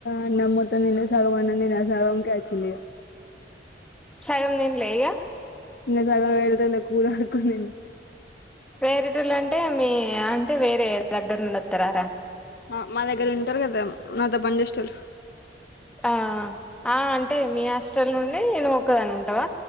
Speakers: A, on the left (about 60°); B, in the centre.
A: అన్నం మొత్తం తిన్లే సగం అన్నం తిన్న ఆ సగంకే అచ్చిందిగ
B: సగం తిన్లే ఇగ
A: నిన్న సగం వేరొటోళ్ల కూర అడుక్కొన్ తిన్న.
B: వేరేటోళ్లంటే మీ అంటే వేరే దగ్గర నుండి ఒత్తరారా
A: అ మా దగ్గర ఉంటరు గదా మాతో పని చేసేటోళ్ళు
B: ఆ ఆ అంటే మీ హాస్టల్ నుండి నువ్ ఒక్కదానివ్ ఉంటవా?